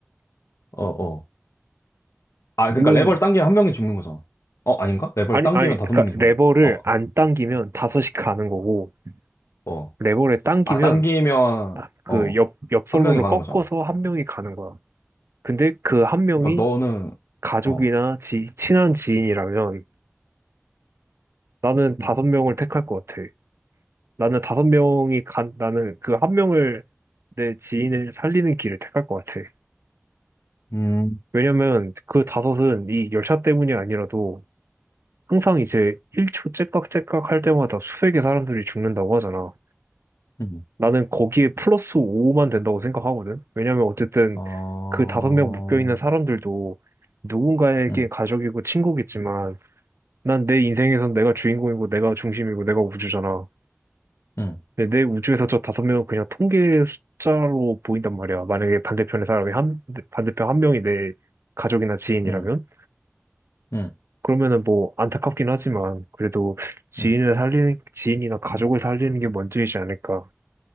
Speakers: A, on the left; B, on the right.
A: 어, 어. 아,
B: 물론,
A: 그러니까 레버를 당기면 한 명이 죽는 거잖아. 어, 아닌가? 레버를
B: 아니,
A: 당기면
B: 아니,
A: 다섯
B: 그러니까
A: 명이
B: 레버를
A: 죽는 어,
B: 안 당기면 다섯이
A: 어,
B: 가는 거고,
A: 어.
B: 레버를 당기면
A: 아, 당기면,
B: 아, 그
A: 어,
B: 옆, 옆솔로를
A: 한 명이 가는
B: 꺾어서
A: 거잖아.
B: 한 명이 가는 거야. 근데 그 한 명이
A: 그러니까 너는,
B: 가족이나
A: 어,
B: 지, 친한 지인이라면 나는 다섯 명을 택할 것 같아. 나는 다섯 명이 간, 나는 그 한 명을 내 지인을 살리는 길을 택할 것 같아.
A: 음,
B: 왜냐면 그 다섯은 이 열차 때문이 아니라도 항상 이제 1초 째깍째깍 할 때마다 수백의 사람들이 죽는다고 하잖아.
A: 음,
B: 나는 거기에 플러스 5만 된다고 생각하거든. 왜냐면 어쨌든
A: 어,
B: 그 다섯 명 묶여있는 사람들도 누군가에게
A: 음,
B: 가족이고 친구겠지만 난 내 인생에선 내가 주인공이고 내가 중심이고 내가 우주잖아.
A: 음,
B: 근데 내 우주에서 저 다섯 명은 그냥 통계 숫자로 보인단 말이야. 만약에 반대편의 사람이 한, 반대편 한 명이 내 가족이나 지인이라면.
A: 음, 음,
B: 그러면은 뭐 안타깝긴 하지만 그래도 지인을
A: 음.
B: 살리는 지인이나 가족을 살리는 게 먼저이지 않을까.